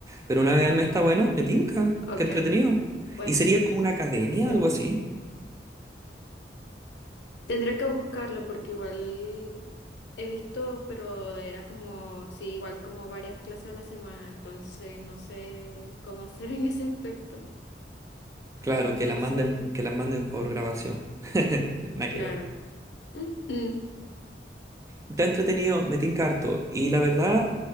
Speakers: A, on the right; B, on the left.
A: Pero una vez al mes está bueno, me tinca,
B: Ok,
A: qué entretenido.
B: bueno,
A: Y sería como una academia,
B: sí.
A: algo así.
B: Tendría que buscarlo porque igual he visto, pero era como, sí, igual como varias clases a la semana, entonces no sé cómo hacer <laughs> en ese aspecto.
A: Claro, que
B: Entonces,
A: la manden, que la manden por grabación. <laughs> Nada
B: claro.
A: que ver.
B: Ujú.
A: Está entretenido, me tinca harto. Y la verdad,